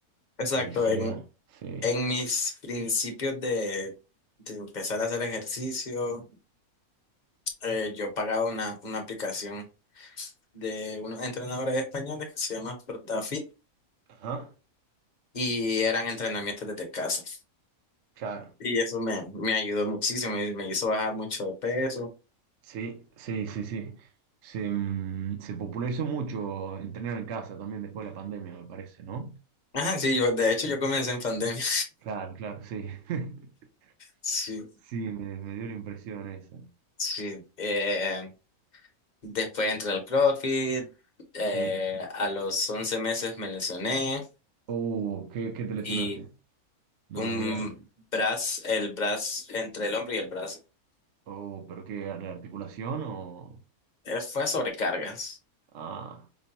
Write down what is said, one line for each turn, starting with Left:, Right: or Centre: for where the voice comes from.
Left: Exacto,
Right: lo que sea.
Left: en,
Right: Sí.
Left: en mis principios de, de empezar a hacer ejercicio, eh, yo pagaba una, una aplicación de unos entrenadores españoles que se llama FortaFit
Right: Ajá.
Left: y eran entrenamientos desde casa.
Right: Claro.
Left: Y eso me, me ayudó muchísimo y me hizo bajar mucho de peso.
Right: Sí, sí, sí, sí. Se, mm, se popularizó mucho entrenar en casa también después de la pandemia, me parece, ¿no?
Left: Ajá, sí, yo, de hecho yo comencé en pandemia.
Right: Claro, claro, sí. <laughs>
Left: Sí,
Right: Sí, me, me dio la impresión esa.
Left: sí. Eh, después entré al CrossFit, eh,
Right: Sí.
Left: a los 11 meses me lesioné
Right: Oh, ¿qué, qué te lesionaste?
Left: y
Right: No
Left: un
Right: me digas.
Left: brazo, el brazo, entre el hombro y el brazo,
Right: Oh, ¿pero qué? ¿La articulación o...?
Left: eh, fue sobrecargas.
Right: Ah,